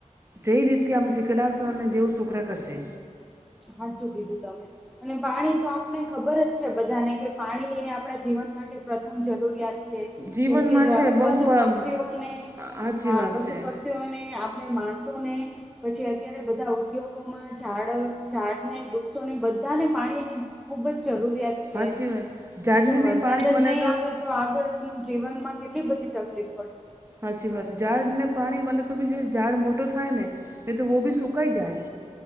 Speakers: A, on the right; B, in the centre.
A: જે રીતથી અમે શીકડાવશો ને જેવું છોકરા કરશે
B: હાચુ કીધું તમે અને પાણી તો આપને ખબર જ બધાને કે પાણી એ આપણા જીવન માટે પ્રથમ જરૂરિયાત છે,
A: જીવન
B: જેમ કે
A: માટે બહુ
B: પશુ
A: સાચી
B: પક્ષીઓને હા
A: વાત
B: પશુ
A: છે
B: પ ક્ષી ઓને આપણે માણસોને પછી અત્યારે બધા ઉદ્યોગોમાં ઝાડ ઝાડને વૃક્ષોને બધાને પાણીની ખુબ જ જરૂરિયાત છે,
A: સાચી વાત ઝાડને
B: જો વરસાદ
A: બી પાણી
B: જ
A: મળે
B: નહીં આવે તો આગળ જીવનમાં કેટલી બધી તકલીફ પડશે
A: હાચી વાત ઝાડ ને પાણી મલે તો બી જે ઝાડ મોટો થાય ને એ તો વો ભી સુકાઈ જાય